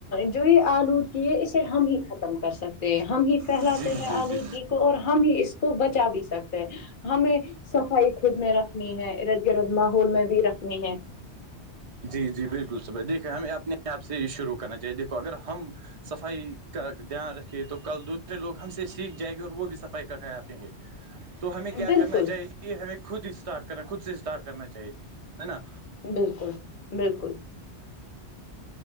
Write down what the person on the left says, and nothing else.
جو یہ آلودگی ہے اسے ہم ہی ختم کر سکتے ہیں ہم ہی پھیلاتے
ہیں
آلودگی
کو اور ہم ہی اس کو بچا بھی سکتے ہیں ہمیں صفائی خود میں رکھنی ہے ارد گرد ماحول میں بھی رکھنی ہے
بالکل
بالکل بالکل